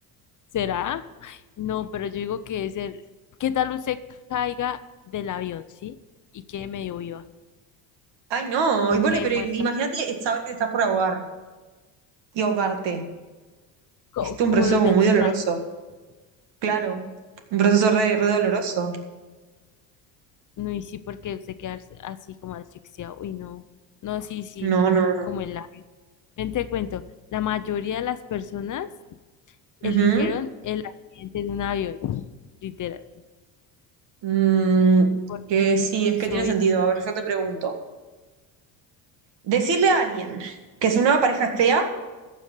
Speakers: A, on the left; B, on the right.
A: ¿Será? Ay, No, pero yo digo que es el... ¿Qué tal usted caiga del avión, sí? Y quede medio viva.
B: Ay, no.
A: No
B: Y bueno,
A: quede
B: pero
A: muerta.
B: imagínate saber que te estás por ahogar y ahogarte.
A: co-
B: Es un
A: como
B: proceso
A: los
B: como
A: del
B: muy
A: Titanic.
B: doloroso. Claro. Un proceso re, re doloroso.
A: No, y sí, porque usted queda así como asfixiado. Uy, no. No, sí, sí.
B: No, no, no.
A: Como el avión. Ven, te cuento. La mayoría de las personas Eligieron
B: Ujú.
A: el accidente de un avión, literal.
B: Mm,
A: Por
B: que sí, es
A: juicio,
B: que tiene
A: obviamente.
B: sentido. A ver, yo te pregunto. Decirle a alguien que su nueva pareja es fea